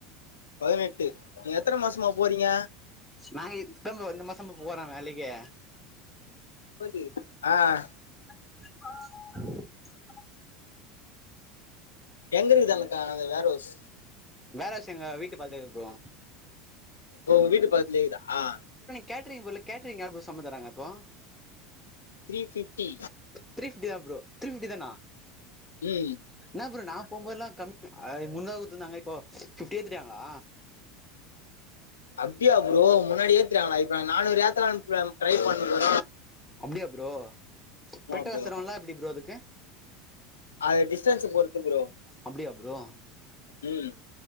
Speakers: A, on the left; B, in the centre.
A: பதினெட்டு நீங்க எத்தன மாசமா போறீங்க
B: நா இப்தா ப்ரோ இந்த மா சம போற வேலைக்கே
A: லி ஆஹ்
B: ஆஹ்
A: எங்க இருக்குது அன்க்கா அந்த வேரவுஸ்
B: வேறவுஸ் ங்க வீட்டு பாத்து ப்ரோ
A: ஓ வீட்டு பக்கத்துலேருக்தா ஆஹ்
B: கேட்ரிங் போரில கேட்ரிங் எவ்ளோ ப்ரோ சம்பளோ தராங் இப்போ
A: த்ரீ ஃபிஃப்டி
B: த்ரீ பிப்டி தான் ப்ரோ த்ரீ பிப்டி தானா
A: ம்
B: என் ப்ரோ நா போவும்போதலாம் கம் முன்னூறு குடுத்நாங்க இப்போ பிப்டி எதிட்டாங்களா
A: அப்டியா ப்ரோ முன்னாடி ஏத்திடாங்களா இப்ப நானூறு ஏத் த்தளான் ட்ரை பண்ணுகுர
B: அப்டியா ப்ரோ
A: ஆமா
B: பேட்டா காசு
A: ப்ரோ
B: தருவாங்க்லா எப்டி ப்ரோ அதுக்கு
A: அது டிஸ்டன்ஸ பொர் ருத்து ப்ரோ
B: அப்டியா ப்ரோ
A: உம்